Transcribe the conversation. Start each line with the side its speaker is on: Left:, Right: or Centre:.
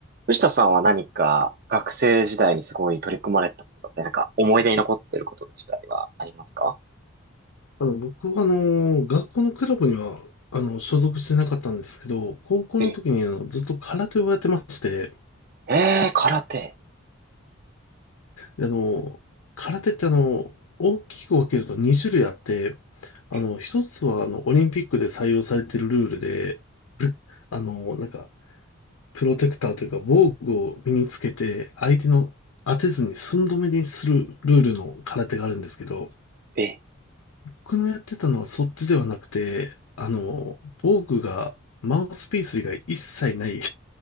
Right: 藤田さんは何か学生時代にすごい取り組まれてたことだったり、なんか思い出に残っていることでしたりはありますか
Left: あの、僕は、あの、学校のクラブには、あの、所属してなかったんですけど、高校の時に、
Right: え
Left: あの、ずっと空手をやってまして、
Right: え、えー空手。
Left: であの、空手って、あの、大きく分けると2種類あって、あの、
Right: え、
Left: 一つは、あの、オリンピックで採用されているルールで、あの、なんか、プロテクターというか、防具を身につけて、相手の当てずに寸止めにするルールの空手があるんですけど、
Right: え、
Left: 僕のやってたのはそっちではなくて、あの、防具が、マウスピース以外一切ない